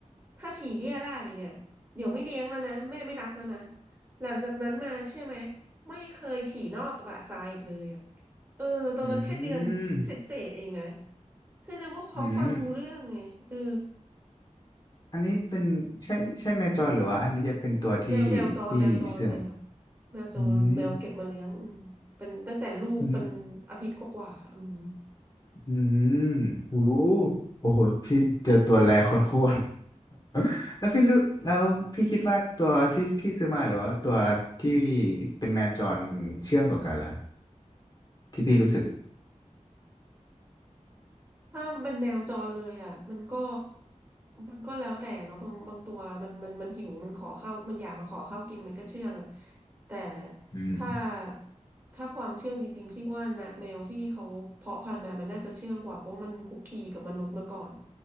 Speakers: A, on the right; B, on the left.
A: ถ้าฉี่เรี่ยได้เนี่ยเดี๋ยวไม่เลี้ยงแล้วนะแม่ไม่รักแล้วนะหลังจากนั้นมาเชื่อไหมไม่เคยฉี่นอกกระบะทรายอีกเลยอ่ะเออตอนนั้นแค่เดือนเศษๆเองนะ
B: อืม
A: แสดงว่าเขาฟังรู้เรื่องไงเออ
B: อืม อันนี้เป็นใช่ใช่แมวจรหรือว่าอันนี้จะเป็นตัวที่
A: แมวแมวจรแมวจรเลยค่ะ
B: ที่ซื้อมา
A: แมวจรแมวเก็บมาเลี้ยงอืมเป็นตั้งแต่ลูกเป็นอาทิตย์กว่าๆอืม
B: อืมอืมอืมโอ้โอ้โหพี่เจอตัวแรโคตรๆ <laughs> แล้วพี่รู้แล้วพี่คิดว่าตัวที่พี่ซื้อมาหรือว่าตัวที่เป็นแมวจรมันเชื่องกว่ากันล่ะที่พี่รู้สึก
A: ถ้าเป็นแมวจรเลยอ่ะมันก็มันก็แล้วแต่เนาะบางบางตัวมันมันมันหิวมันขอข้าวมันอยากมาขอข้าวกินมันก็เชื่องอ่ะแต่
B: อืม
A: ถ้าถ้าความเชื่องจริงๆพี่ว่านะแมวที่เขาเพาะพันธุ์มามันน่าจะเชื่องกว่าเพราะว่ามันคุกคีกับมนุษย์มาก่อน